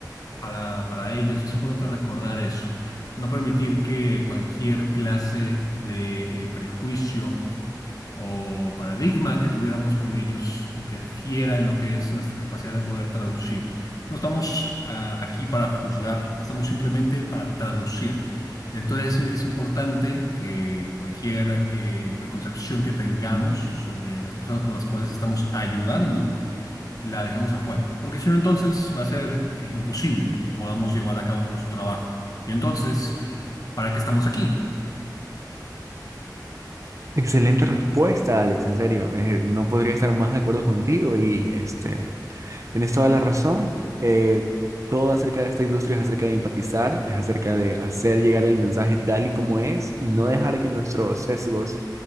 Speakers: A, on the left; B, on the right.
A: para, para ellos. Es importante recordar eso. No permitir que cualquier clase de eh, prejuicio o paradigma que tuviéramos con ellos interfiera en lo que es nuestra capacidad de poder traducir. No estamos ah, aquí para juzgar, estamos simplemente para traducir. Entonces es, es importante que cualquier eh, preconcepción que tengamos sobre las personas con las cuales estamos ayudando, la dejemos afuera, porque si no entonces va a ser eh, imposible que podamos llevar a cabo nuestro trabajo. Y entonces, ¿para qué estamos aquí?
B: Excelente respuesta, Alex, en serio. eh, no podría estar más de acuerdo contigo y este, Tienes toda la razón. Eh, todo acerca de esta industria es acerca de empatizar, es acerca de hacer llegar el mensaje tal y como es y no dejar que nuestros sesgos